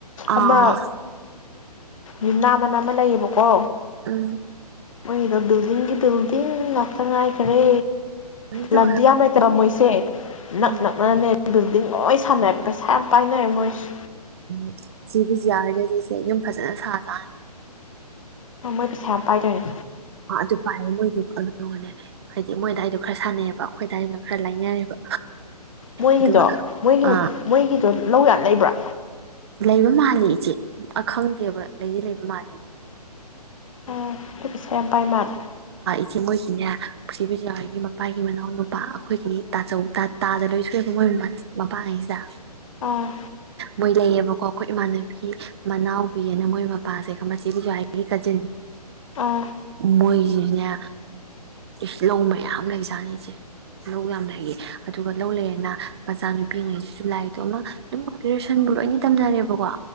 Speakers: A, on the right; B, on the left.
A: ꯑꯥ
B: ꯑꯃ ꯌꯨꯝꯅꯥꯃꯟ ꯑꯃ ꯂꯩꯌꯦꯕꯀꯣ
A: ꯎꯝ
B: ꯃꯩꯅ ꯕꯤꯗꯤꯡꯒꯤ ꯏꯤꯟ ꯉꯥꯛꯇ ꯉꯥꯏꯈꯔꯦ
A: ꯇꯧꯋꯦ
B: ꯂꯟꯗꯤꯌꯥ
A: ꯍꯥꯏꯕ
B: ꯃ ꯇꯔꯃꯣꯁ ꯆꯩ ꯅꯛ
A: ꯎꯝ
B: ꯅꯛꯅꯅꯅꯦ ꯕꯤꯜꯗꯤꯡ ꯂꯣꯏ ꯁꯥꯟꯅꯩ ꯄꯩꯁꯥ ꯌꯥꯝ ꯄꯥꯏꯅꯩꯔꯦ ꯃꯣꯏꯁꯦ
A: ꯎꯝ ꯆꯦ ꯕꯤꯖ꯭ꯌꯥ ꯍꯣꯏꯒꯁꯦ ꯌꯨꯝ ꯐꯖꯅ ꯁꯥ ꯖꯥꯠꯅꯦ
B: ꯃꯣꯏ ꯄꯩꯁꯥ ꯌꯥꯝ ꯄꯥꯏꯗꯥꯏꯅꯦ
A: ꯑ ꯑꯗꯨꯒꯥꯏꯌꯦ ꯃꯣꯏꯗꯤ ꯑꯗꯨꯒꯅꯦ ꯍꯥꯏꯗꯤ ꯃꯣꯏ ꯑꯗꯥꯏꯗꯣ ꯈꯔ ꯁꯥꯟꯅꯩꯌꯦꯕ ꯑꯈꯣꯏꯗꯗꯥꯏꯗꯨꯅ ꯈꯔ ꯂꯥꯏꯅꯔꯦꯕ
B: ꯃꯣꯏꯒꯤꯗꯣ
A: ꯑꯗꯨꯒ
B: ꯃꯣꯏꯒꯤ
A: ꯑ
B: ꯃꯣꯏꯒꯤꯗꯣ ꯂꯧ ꯌꯥꯅꯤ ꯂꯩꯕ꯭ꯔꯥ
A: ꯂꯩꯕ ꯃꯥꯜꯂꯦ ꯏꯆꯦ ꯑ ꯈꯪꯗꯦꯕ ꯂꯩꯗꯤ ꯂꯩꯕ ꯃꯥꯜꯂꯦ
B: ꯑꯣ ꯄꯩꯁꯥ ꯌꯥꯝ ꯄꯥꯏ ꯃꯥꯜꯂꯦ
A: ꯆꯦ ꯃꯣꯏꯒꯤꯅꯦ ꯆꯦ ꯕꯤꯖ꯭ꯌꯥ ꯍꯣꯏꯒꯤ ꯃꯄꯥꯒꯤ ꯃꯅꯥꯎ ꯅꯨꯄꯥ ꯑꯩꯈꯣꯏꯒꯤꯗꯤ ꯇꯥꯆꯧ ꯇꯥꯗ ꯂꯣꯏ ꯊꯣꯛꯑꯦꯕ ꯃꯣꯏ ꯃꯄꯥꯡꯒꯩꯁꯤꯗ
B: ꯑꯥ
A: ꯃꯣꯏ ꯂꯩꯌꯦꯕ ꯑꯈꯣꯏ ꯏꯃꯥꯟꯅꯕꯤ ꯃꯅꯥꯎꯕꯤ ꯑꯅ ꯃꯣꯏ ꯃꯄꯥꯁꯦ ꯈꯪꯕ ꯆꯦ ꯕꯤꯖ꯭ꯌꯥ ꯍꯣꯏꯒꯤ ꯀꯖꯤꯟ
B: ꯑꯥ
A: ꯃꯣꯏ ꯁꯤꯁꯤꯅꯦ ꯏꯁ ꯂꯧ ꯃꯌꯥꯝ ꯂꯩꯖꯥꯅꯤ ꯏꯆꯦ ꯂꯧ ꯌꯥꯝ ꯂꯩꯌꯦ ꯑꯗꯨꯒ ꯂꯧ ꯂꯩꯔꯦꯅ ꯃꯆꯥꯅꯨꯄꯤꯉꯩꯁꯤꯁꯨ ꯂꯥꯏꯔꯤꯛꯇꯣ ꯑꯃ ꯑꯗꯨꯝ ꯒ꯭ꯔꯦꯖꯨꯌꯦꯁꯟ ꯂꯣꯏꯅ ꯇꯝꯅꯔꯦꯕꯀꯣ